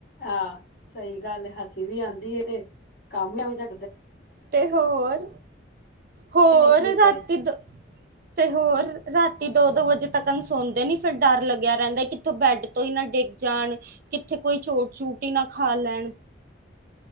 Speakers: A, on the left (about 50°); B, on the right (about 50°).
A: ਆ ਸਈ ਗੱਲ ਐ, ਹਸੀ ਵੀ ਆਂਦੀ ਏ ਤੇ ਕੰਮ ਹੀ ਏਹੋ ਜੇਆ
B: ਤੇ ਹੋਰ, ਹੋਰ
A: ਨੇ ਕੀ ਕਹੇ
B: ਰਾਤੀ ਦ ਤੇ ਹੋਰ, ਰਾਤੀ ਦੋ-ਦੋ ਵਜੇ ਤੱਕ ਸੌਦੇ ਨੀ, ਫੇਰ ਡਰ ਲੱਗੇਆ ਰੈਹਦਾ, ਕਿੱਥੋਂ ਬੈੱਡ ਤੋਂ ਹੀ ਨਾ ਡਿੱਗ ਜਾਣ, ਕਿੱਥੇ ਕੋਈ ਚੋਟ-ਚੂਟ ਹੀ ਨਾ ਖਾ ਲੈਣ।